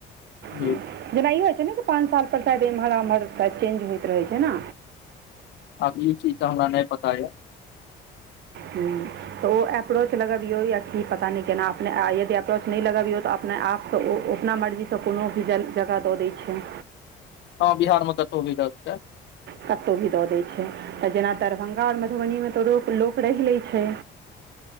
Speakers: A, on the left; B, on the right.
A: जी
B: <unintelligible> जेना ई होइ छै ने कि पाँंच साल पर शायद एम्हर उम्हर चेंज होइत रहै छै ने।
A: अब ई चीज तऽ हमरा नहि पता ये।
B: ह त ओ अप्रोच लगा भी हो या की पता न केना अपने यदि अप्रोच नहि लगा भी हो ने आपसँ ओ अपना मर्जीसँ कोनो भी जगह दऽ दै छैिय।
A: हँ बिहारमे कतहु भी रहल छ?
B: कतहु भी दऽ दैत छै तऽ जेना दरभंगा आओर मधुबनीमे तऽ लोक लोक रहि लैत छै।